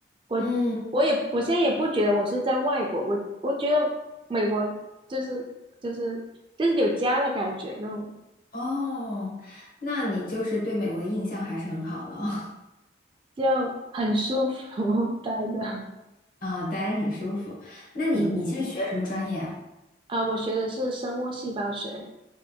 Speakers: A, on the right (about 30°); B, on the left (about 50°).
A: 我我也我现在也不觉得我是在外国，
B: 嗯，
A: 我我觉得美国就是就是就是有家的感觉，那种
B: 哦，那你就是对美国的印象还是很好的哦，
A: 就很舒服 <laughs> 待的。
B: <laughs> 啊，待着很舒服。那你你现在学什么专业啊？
A: 嗯啊，我学的是生物细胞学。